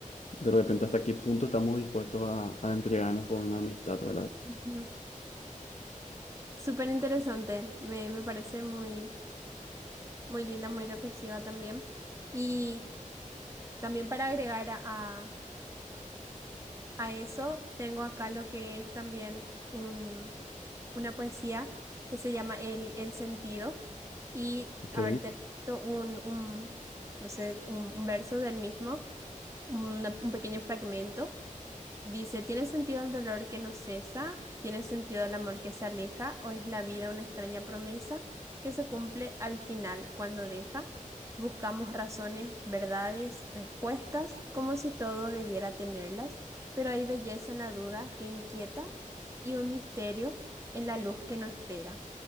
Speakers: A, on the left; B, on the right.
A: de repente, ¿hasta qué punto estamos dispuestos a, a entregarnos por una amistad, verdad?
B: ujú. Súper interesante, me, me parece muy, muy linda, muy reflexiva también. Y también para agregar a, a- a eso, tengo acá lo que es también un, una poesía que se llama El, El sentido. Y
A: Ok.
B: a ver, te recito un, un, no sé, un, un verso del mismo, una- un pequeño fragmento. Dice, ¿tiene sentido el dolor que no cesa? ¿Tiene sentido el amor que se aleja? ¿O es la vida una extraña promesa que se cumple al final cuando deja? Buscamos razones, verdades, respuestas, como si todo debiera tenerlas, pero hay belleza en la duda que inquieta y un misterio en la luz que no espera.